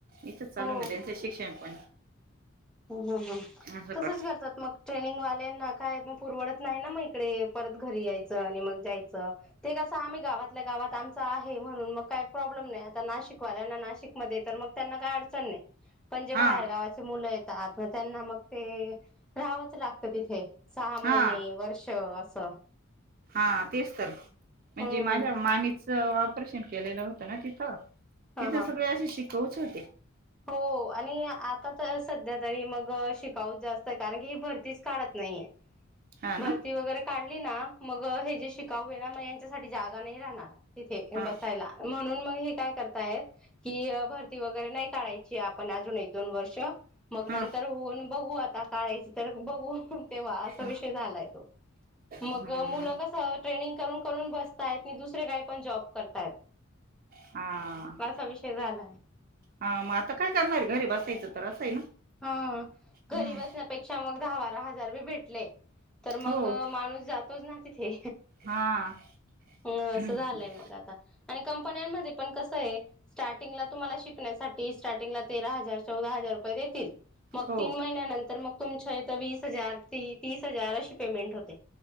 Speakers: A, on the right; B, in the centre.
A: इथंच चालू
B: हो
A: म त्यांचं शिक्षण पण
B: ह
A: असं
B: तसंच
A: कर
B: करतात मग ट्रेनिंगवाल्यांना काय परवडत नाही ना मग इकडे परत घरी यायचं आणि मग जायचं ते कसं आम्ही गावातल्या गावात आमच आहे म्हणून मग काय प्रॉब्लेम नाही आता नाशिकवाल्यांना नाशिकमध्ये तर मग त्यांना काय अडचण नाही पण जे
A: हा
B: बाहेरगावाचे मुलं येतात, मग त्यांना मग ते राहावंच लागत तिथे. सहा महिने
A: हा
B: वर्ष असं
A: हा तेच तर, म्हणजे
B: हम्म
A: माझ्या मामीच ऑपरेशन केलेलं होत ना तिथं, तिथं
B: हा हा
A: सगळे अशीे शिकऊच होते.
B: हो आणि आता तर सध्या तरी मग शिकाऊच जास्त कारण की ही भरतीच काढत नाहीये
A: हा ना
B: भरती वगैरे काढली ना मग, हे जे शिकाऊ ना मग यांच्यासाठी जागा नाही राहणार इथे
A: हा
B: बसायला म्हणून मग हे काय करताय की भरती वगैरे नाही. काढायची आपण अजून एक दोन वर्ष मग
A: हा
B: नंतर होऊन बघू आता. काढायची तर बघू तेव्हा असा
A: हा
B: विषय झालाय तो
A: हम्म
B: मग मुलं कसं ट्रेनिंग करून करून बसतायत आणि दुसरे काही पण जॉब करतायत
A: हा.
B: असा विषय झालाय.
A: हा मग आता काय करणार घरी बायचं तर असंय ना.
B: हा घरी
A: हम्म
B: बसण्यापेक्षा मग दहा बारा हजार बी भेटले तर
A: हो
B: मग माणूस जातोच ना तिथे.
A: हा.
B: ह असं
A: हम्म
B: झालंय मग आता आणि कंपन्यांमध्ये पण कसं आहे? स्टार्टिंगला तुम्हाला शिकण्यासाठी स्टार्टिंगला तेरा हजार चौदा हजार रुपये देतील मग
A: हो
B: तीन महिन्यानंतर मग तुमच्या इथ वीस हजार तीस हजार अशी पेमेंट होते.